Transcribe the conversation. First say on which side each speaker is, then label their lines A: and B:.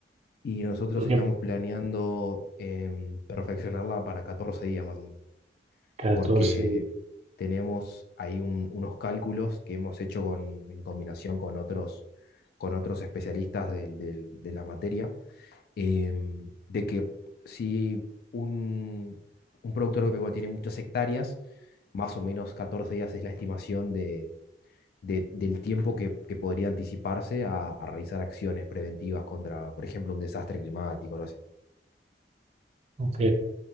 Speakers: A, on the left (about 60°); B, on the right (about 35°).
A: Y nosotros
B: Porque
A: estamos planeando em, perfeccionarla para 14 días más o menos.
B: 14,
A: porque tenemos ahí un- unos cálculos que hemos hecho con- en combinación con otros, con otros especialistas del- del- de la materia, em, de que si un, un productor agropecuario tiene muchas hectáreas, más o menos 14 días es la estimación de, de- del tiempo que, que podría anticiparse a, a realizar acciones preventivas contra, por ejemplo, un desastre climático, algo
B: ok.